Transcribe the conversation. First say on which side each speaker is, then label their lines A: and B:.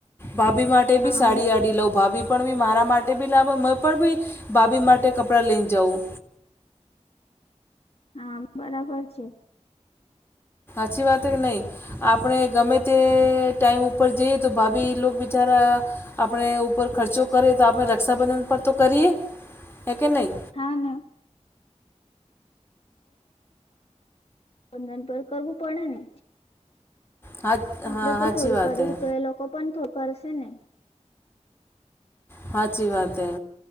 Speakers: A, on the left; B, on the left.
A: ભાભી માટે
B: હા
A: બી સાડી આડી લઉં ભાભી પણ બી મારા માટે બી લાભ હો મેં પણ બી ભાભી માટે કપડાં લઈને જાઉં
B: હા બરાબર છે
A: હછી વાત કે નહી આપણે ગમે તે ટાઈમ ઉપર જઈએ તો ભાભી બિચારા આપણે ઉપર ખર્ચો કરે તો આપણે રક્ષાબંધન પર તો કરીએ હે કે નહીં
B: હા ન વંદન પર કરવું પડે ને
A: હા હા
B: આપડે પણ
A: સાચી
B: થોડું
A: વાત
B: કરીશું
A: હે
B: તો એ લોકો પણ થોડું કરશે ને
A: હાચી વાત હૈ